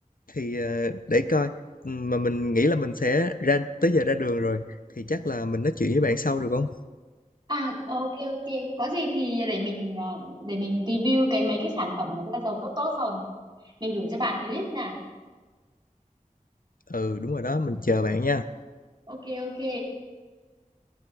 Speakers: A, on the left; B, on the right.
A: thì à, để coi Ừ, mà mình nghĩ là mình sẽ ra tới giờ ra đường rồi thì chắc là mình nói chuyện với bạn sau được không?
B: À, ok ok. Có gì thì để mình ờ, để mình review cái mấy cái sản phẩm mà da dầu tốt tốt xong rồi mình mình gửi cho bạn cái list nha.
A: Ừ, đúng rồi đó, mình chờ bạn nha.
B: Ok ok.